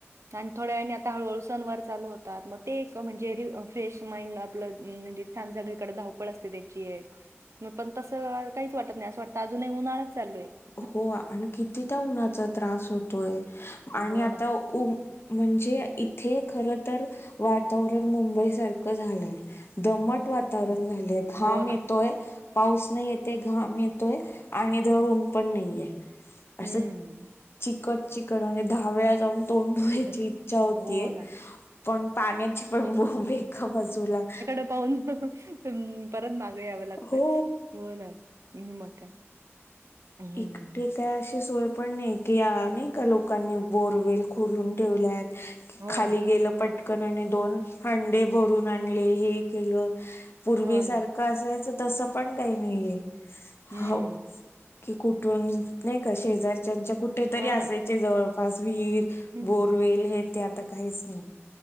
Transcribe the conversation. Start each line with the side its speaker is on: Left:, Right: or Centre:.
Right: आणि थोड्या वेळाने आता हळू हळू सनवार चालू होतात. मग ते एक म्हणजे री फ्रेश माइंड आपलं म्हणजे छान सगळीकडे धावपळ असते त्याची एक मग पण तसं काहीच वाटत नाही असं वाटतं अजूनही उन्हाळाच चालू आहे.
Left: हो. आणि किती त्या उन्हाचा त्रास होतोय, आणि
Right: हो
Left: आता
Right: ना.
Left: उम, म्हणजे इथे खर तर वातावरण मुंबई सारखं झालंय. दमट वातावरण
Right: हं.
Left: झालंय, घाम
Right: हो ना.
Left: येतोय पाऊस नाही येतेय, घाम येतोय आणि धड ऊन पण नाहीये.
Right: हम्म
Left: असं चिकट - चिकट म्हणजे दहा वेळा जाऊन तोंड धुवायची
Right: चिकट
Left: इच्छा होतेय
Right: हो ना.
Left: पण पाण्याची पण बोंब एका बाजूला
Right: <unintelligible> पाउन. <unintelligible> परत मागं यावं लागतय,
Left: हो
Right: मग काय? हं.
Left: एक टे. काय अशी सोय पण नाही की नाही का, लोकांनी बोरवेल खोलून ठेवल्यात.
Right: हो
Left: खाली
Right: ना.
Left: गेलं पटकन आणि दोन हंडे भ <unintelligible> आणले हे केल पूर्वी
Right: हो
Left: सारख
Right: ना.
Left: असं च तस पण काही नाहीये,
Right: हं.
Left: हाव कि कुठून नाही का शेजारच्याच्या कुठेेतरी
Right: हो
Left: असायचे
Right: ना.
Left: जवळपास विहीर
Right: हं.
Left: बोरवेल हे ते आता काहीच नाही.